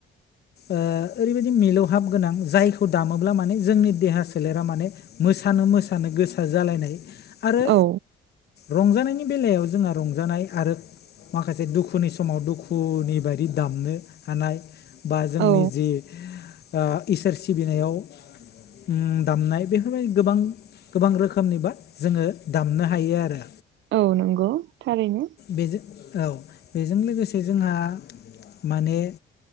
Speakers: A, on the left (about 55°); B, on the right (about 70°).
A: ओ ओरैबायदि मिलौहाब गोनां जायखौ दामोब्ला माने जोंनि देहा सोलेरा माने मोसानो मोसानो गोसोआ जालायनाय आरो
B: औ
A: रंजानायनि बेलायाव जोंहा रंजानाय आरो माखासे दुखुनि समाव दुखुनि बायदि दामनो हानाय बा जोंनि
B: औ
A: जि ओ इसोर सिबिनायाव उम दामनाय बेफोरबायदि गोबां गोबां रोखोमनि बा जोङो दामनो हायो आरो।
B: औ नंगौ थारैनो।
A: बेजो औ बेजों लोगोसे जोंहा माने